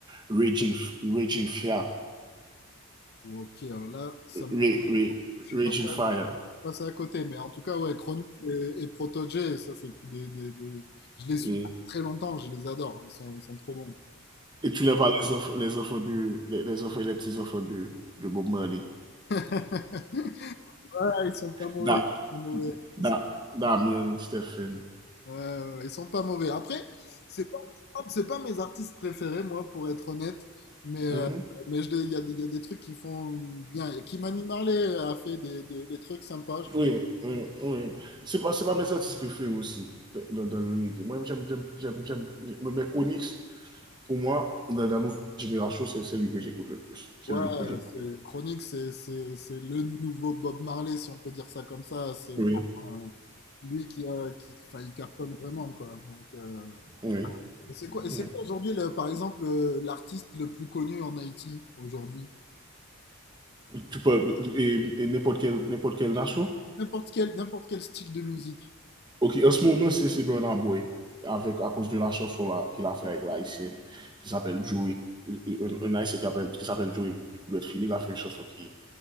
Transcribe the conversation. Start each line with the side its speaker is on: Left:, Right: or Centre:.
Right: Raging, Raging, Fire.
Left: Ok, alors là, ça me...
Right: Raging,
Left: je suis
Right: Raging
Left: pas
Right: Fire.
Left: passé à côté, mais en tout cas, ouais, Chronix et, et Protogé, ça, c'est des, des- des- Je
Right: Et,
Left: les suis depuis très longtemps, je les adore. Ils sont, ils sont trop bons.
Right: et tu n'es pas les enfants, les enfants du, les, les enfants et les petits enfants de, de Bob Marley.
Left: Ouais. <laughs> Ouais, ils sont pas mauvais.
Right: Da,
Left: Ils sont mauvais. Ils
Right: da,
Left: sont,
Right: Damien, Stephen.
Left: ouais, ouais, ouais, ils sont pas mauvais. Après, c'est pas, c'est pas mes artistes préférés, moi, pour être honnête. Mais, euh,
Right: Mm -hmm.
Left: mais je les- il y a, des- il y a des trucs qui font bien. Kimani Marley a fait des, des, des trucs sympas. je trouve.
Right: Oui, oui, oui. C'est pas, c'est pas mes artistes préférés aussi de- dans, dans le reggae. Moi, j'aime, j'aime, j'aime, j'aime mais mais Konix, pour moi, dans la nouvelle génération, c'est celui que j'écoute le plus. c'est
Left: Ouais,
Right: lui que j'écoute
Left: c'est,
Right: le plus.
Left: Chronique, c'est, c'est, c'est le nouveau Bob Marley, si on peut dire ça comme ça. C'est
Right: Oui.
Left: vraiment, euh, lui qui, a, qui, enfin, il cartonne vraiment, quoi. Donc, euh,
Right: Oui.
Left: Et c'est quoi, et c'est
Right: oui.
Left: quoi aujourd'hui, le- par exemple, euh, l'artiste le plus connu en Haïti aujourd'hui?
Right: Tu peux, et, et n'importe quelle, n'importe quelle nation.
Left: N'importe quel, n'importe quel style de musique.
Right: Ok, en ce moment, c'est, c'est Bernard Boy, avec, à cause de la chanson là, qu'il a fait avec l'haïtien, qui s'appelle Joey. Un, un haïtien qui, appelle- qui s'appelle Joey Redfield, il a fait une chanson qui,